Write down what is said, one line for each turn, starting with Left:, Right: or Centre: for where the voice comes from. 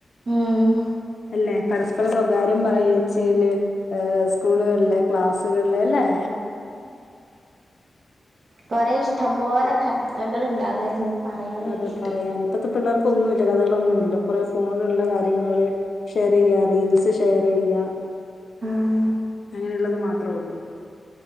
Right: ഉം
Left: അല്ലെ പരസ്പരം സ്വകാര്യം പറച്ചിൽ സ്കൂളുകളിലെ ക്ലാസ്സുകളിലെ അല്ലേ?
Right: കുറെേ ഇഷ്ടം പോലെ കഥകൾ ഉണ്ടാവായിരുന്നു. പറയാൻ വേണ്ടിട്ട്
Left: അതെ പറയാൻ ഇപ്പഴത്തെ പിള്ളേർക്ക ഒന്നുമില്ല, കഥകളൊന്നുമല്ല കുറെേ ഫോണിലുള്ള കാര്യങ്ങള് ഷെയർ ചെയ്യ, റീൽസ് ഷെയർ ചെയ്യ
Right: ഉം
Left: അങ്ങനെയുള്ളത് മാത്രേ ഉള്ളൂ,